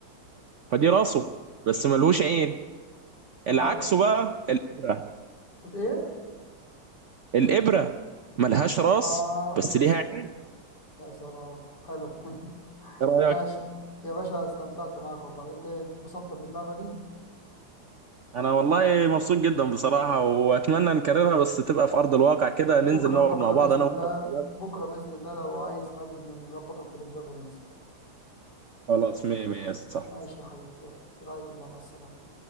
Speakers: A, on the right; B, on the left.
A: فدي راسه بس ملوش عين
B: ولا
A: العكس بقى الإبرة
B: الإيه؟
A: الإبرة ملهاش راس
B: آه
A: بس
B: بس
A: ليها عين
B: يا سلام حلو <laughs>
A: ايه رأيك
B: ماشي يا باشا استمتعت معاك والله أنت اتبسطت في اللعبة دي
A: انا والله مبسوط جدا بصراحة واتمنى نكررها بس تبقى في ارض الواقع كده
B: بكرة
A: ننزل نقعد
B: بكرة
A: مع بعض
B: بإذن
A: انا
B: الله
A: وانت والشباب
B: بكرة بإذن الله لو عايز حابب نظبطه كده بجد وننزل
A: خلاص مية مية صح
B: ماشي يا حبيبي يلا برعاية الله مع السلامة